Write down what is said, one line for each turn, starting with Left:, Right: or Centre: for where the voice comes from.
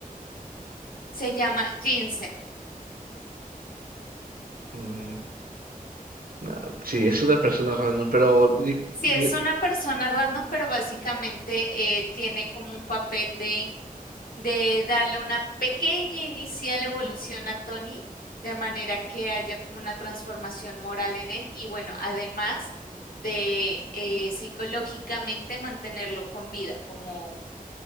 Left: Se llama Jensen.
Right: Mm, no, sí, es una persona random, pero di-
Left: Sí,
Right: di-
Left: es una persona random, pero básicamente eh, tiene como un papel de de darle una pequeña inicial evolución a Tony, de manera que haya como una transformación moral en él y bueno, además de eh, psicológicamente mantenerlo con vida, como,